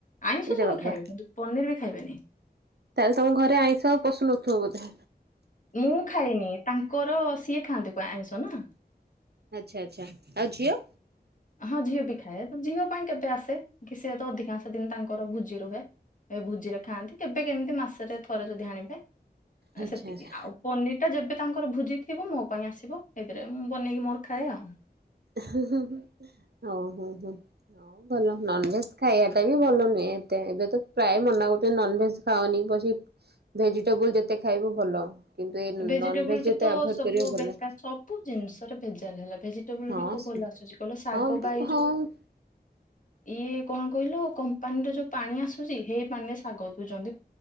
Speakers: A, on the right; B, on the left.
A: ଏଇରେ
B: ଆଇଁଷ ସବୁ
A: ବାବା
B: ଖାଇବେ କିନ୍ତୁ ପନିର ବି ଖାଇବେନି।
A: ତାହେଲେ ତମ ଘରେ ଆଇଁଷ ଆଉ ପଶୁ ନଥିବ ବୋଧେ?
B: ମୁଁ ଖାଇନି ତାଙ୍କର ସିଏ ଖାଆନ୍ତି କୁ ଆମିଷ ନା?
A: ଆଚ୍ଛା ଆଚ୍ଛା ଆଉ ଝିଅ?
B: ହଁ ଝିଅ ବି ଖାଏ ତ ଝିଅ ପାଇଁ କେତେ ଆସେ? କି ସେ ତ ଅଧିକାଂଶ ଦିନ ତାଙ୍କର ଭୋଜି ରୁହେ। ଏ ଭୋଜିରେ ଖାଆନ୍ତି କେବେ କେମିତି ମାସରେ ଥରେ ଯଦି ଆଣିବେ
A: ଆଚ୍ଛା
B: ସେତିକି
A: ଆଚ୍ଛା
B: ଆଉ ପନିର ଟା ଯେବେ ତାଙ୍କର ଭୋଜି ଥିବ ମୋ ପାଇଁ ଆସିବ ଏଥିରେ ମୁଁ ବନେଇକି ମୋର ଖାଏ ଆଉ।
A: ହ ହୋ ହୁଁ। ହଁ ଭଲ ନନଭେଜ ଖାଇବାଟା ବି ଭଲ ନୁହେଁ ଏତେ ଏବେ ତ ପ୍ରାୟ ମନା କରୁଛନ୍ତି ନନଭେଜ ଖାଅନି ବ ଭେଜିଟେବୁଲ ଯେତେ ଖାଇବ ଭଲ। କିନ୍ତୁ ଏ ନନଭେଜ
B: ଭେଜିଟେବୁଲ ବି
A: ଯେତେ
B: ତ
A: ଆଭଏଡ
B: ସବୁ
A: କରିବ ଭଲ।
B: ବେକାର ସବୁ ଜିନିଷର ଭେଜାଲ ହେଲା ଭେଜିଟେବୁଲ
A: ହଁ
B: ବିବ ଭଲ ଆସୁଛି କହିଲ ଶାଗ
A: ହଁ
B: ବା ଏଇ
A: ହଁ
B: ଯୋଉ ଇଏ କଣ କହିଲ କମ୍ପାନୀରେ ଯୋଉ ପାଣି ଆସୁଛି ହେଇ ପାଣି ରେ ଶାଗ ଧୋଉଛନ୍ତି।